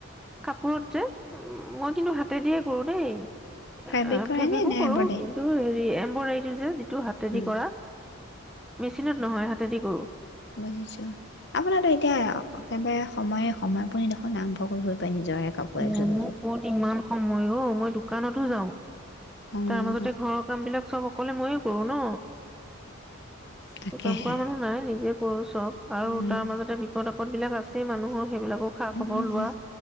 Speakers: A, in the centre; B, on the left.
A: কাপোৰত যে উম, মই কিন্তু হাতে দিয়ে কৰো দেই।
B: ফেব্ৰিক
A: অ',
B: কৰে
A: ফেব্ৰিকো
B: নে নে
A: কৰো
B: এম্ব্ৰইডাৰী
A: কিন্তু হেৰি এম্বডাৰী যে, যিটো হাতেদি
B: উম,
A: কৰা মেচিনত নহয়, হাত <unintelligible> কৰো।
B: বুজিছো আপোনাটো এতিয়া একেবাৰে সময়ে সময় আপুনি দেখোন আৰম্ভ কৰিবই পাৰে নিজৰে কাপোৰ এযোৰ
A: অ',
B: দুযোৰ
A: মোক ক'ত ইমান সময় ঔ, মই দোকানতো যাওঁ।
B: অঁ
A: তাৰ মাজতে ঘৰৰ কাম বিলাক চব অকলে ময়ে কৰো ন?
B: তাকেহে
A: কাম কৰা মানুহ নাই নিজে <unintelligible> তক আৰু
B: উম,
A: তাৰ মাজতে বিপদত ত বিলাক আছে মানুহৰ সেইবিলাকো খা
B: উম,
A: খবৰ লোৱা